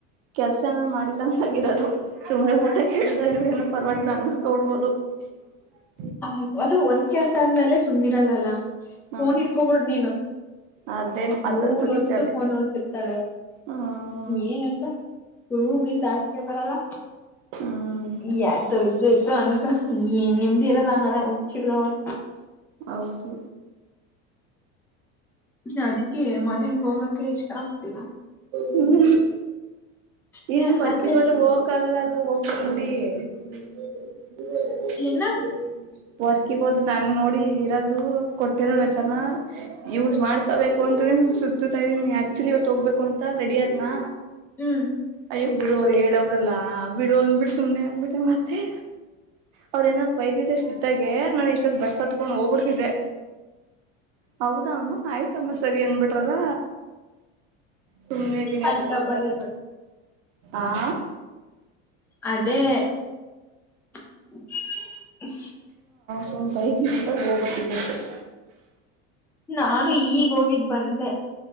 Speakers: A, on the right (about 90°); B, in the centre.
A: ಕೆಲ್ಸನ ಮಾಡಿಲ್ಲ ಅಂದಾಗಿರೋದು ಸುಮ್ನೆ ಊಟ ಕೇಳ್ದಾಗ ಏನು ಪರವಾಗಿಲ್ಲ ಅನ್ಸ್ಕೊಡ್ಬೋದು ಹ <inaudible>
B: ಹ ಅದು ಒಂದ್ ಕೆಲ್ಸ ಆದ್ಮೇಲೆ ಸುಮ್ಿರಲ್ಲಲ್ಲ
A: ಹ್ಮ್
B: ಫೋನ್
A: ಹ್ಮ್
B: ಇಟ್ಕೊಬಿಡ್ ನೀನು
A: ಅದೇನ್
B: ಮೂರ
A: ಅದಂತೂ ನಿಜಾನೇ
B: ಹೊತ್ತು ಫೋನ್ ನೋಡ್ತಿರ್ತಾಳೆ
A: ಹ್ಮ್
B: ಏ ಅಂತ ಗುರುಹ ಮೀಂದಾಜಕ ಬರಲ್ಲ
A: ಹ್ಮ್
B: ್ತು ಇದ್ದು ಇಯ್ತು ಅನ್ಕೊಂಡ ನಿಮ್ದು ಇರಲ್ಲ ಆಮೇಲೆ ಹುಚ್ಚಿಡ್ದ ಹೋಗ
A: ಹೌದು
B: ಇ ಅದಕ್ಕೆ ಮನೆಗ್ ಹೋಗಕ ಇಷ್ಟ ಆಗ್ತರ
A: ಹ್ಮ
B: ಇಲ್ಲಿ
A: ಇನ್ನು
B: ಹಾಲ್
A: ಮರ್ಕಿದ್ರೆ
B: ಕಾಯಿ
A: ಹೋಗಕ್ ಆಗಲ್ಲ ಅಲ್ ಹೋಗ್ಬಟ <unintelligible>
B: ಏನ
A: ವರ್ಕಿಗ್ ಹೋದ ನಾ ನೋಡಿ ಇರೋದು ಕೊಟ್ಟಿರಲ್ಲ ಚನ ಯೂಸ್ ಮಾಡ್ಕೋಬೇಕು ಅಂತ ಸುತ್ತತಾ ಇದೀನಿ ಆಕ್ಚುಲಿ ಇವತ್ತು ಹೋಗ್ಬೇಕು ಅಂತ ರೆಡಿ ಅದ್ನಾ
B: ಹ್ಮ್
A: ಅಯ್ಯೋ ಬಿಡೋರ್ ಹೇಳವ್ರಲ್ಲಾ ಬಿಡುವ ಅಂದ್ಬಿಟ್ಟ ಸುಮ್ನೆ ಆಗ್ಬಿಟ್ರ ಮತ್ತೆ ಅವ್ರ ಏನ ಬೈತಿದ್ದ ಸಿಟ್ಟಾಗೆ ನಾನನ್ ಎಷ್ಟೊತ್ ಬಸ್ ಹತ್ಕೊಂಡ್ ಹೋಗ್ಬಿಡ್ತಿದ್ದೆ ಹೌದಮ್ಮ ಆಯ್ತಮ್ಮ ಸರಿ ಅನ್ಬಿಟ್ರದ ಸುಮ್ಮ್ನೆ ದಿನಿ
B: ಅಲ್ಲಿ
A: ಅದಕ್ಕೋಸ್ಕರ
B: ಟಬ್ಬಲ್ಲಿ ಇರ್ಬೇಕು
A: ಆ
B: ಅದೇ <inaudible>
A: ಸು್ ಬೈತಿದ್ದರ ಹೋಗ್ಬಿಟ್ಟಿದ್ದಷ್ಟತ್
B: ನಾನು ಈಗ ಹೋಗಿದ್ದ ಬಂದೆ